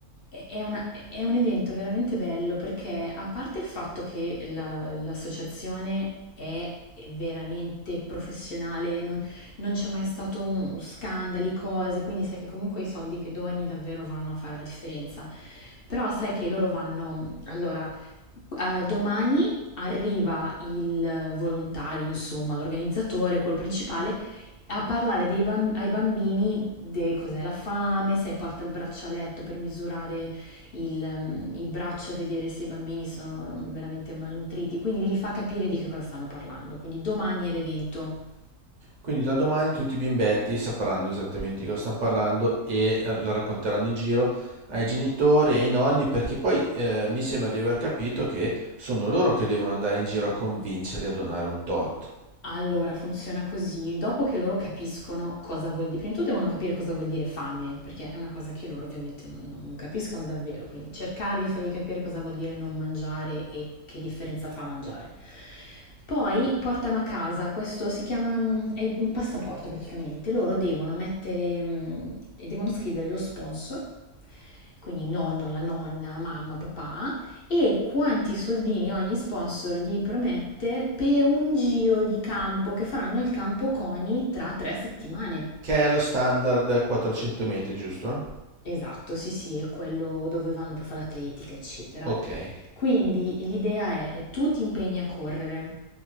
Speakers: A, on the left; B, on the right.
A: è è una- è un evento veramente bello perché a parte il fatto che la- l'associazione è veramente professionale, non, non c'è mai stato un- scandali, cose, quindi sai che comunque i soldi che doni davvero vanno a fare la differenza. Però sai che loro vanno, allora, eh, domani arriva il volontario, insomma, l'organizzatore, quello principale, a parlare dei bam- ai bambini di cos'è la fame, sai, porta il braccialetto per misurare il, ehm, il braccio e vedere se i bambini sono veramente malnutriti, quindi gli fa capire di che cosa stanno parlando. Quindi domani è l'evento.
B: Quindi da domani tutti i bimbetti sapranno esattamente di cosa stanno parlando e eh, lo racconteranno in giro ai genitori e ai nonni, perché poi eh, mi sembra di aver capito che sono loro che devono andare in giro a convincerli a donare un tot,
A: Allora, funziona così: dopo che loro capiscono cosa vuol di prima di tutto devono capire cosa vuol dire fame, perché è una cosa che loro ovviamente non non non capiscono davvero, quindi cercare di fargli capire cosa vuol dire non mangiare e che differenza fa mangiare. Poi portano a casa questo si chiama, mhmm, è un passaporto praticamente. Loro devono mettere, mhmm, e devono scrivere lo sponsor, quindi nonno, la nonna, mamma, papà, e quanti soldini ogni sponsor gli promette per un giro di campo che faranno al campo CONI tra tre settimane.
B: che è lo standard 400 metri, giusto?
A: Esatto, sì, sì, è quello dove vanno per fare atletica, eccetera.
B: Ok,
A: Quindi l'idea è tu ti impegni a correre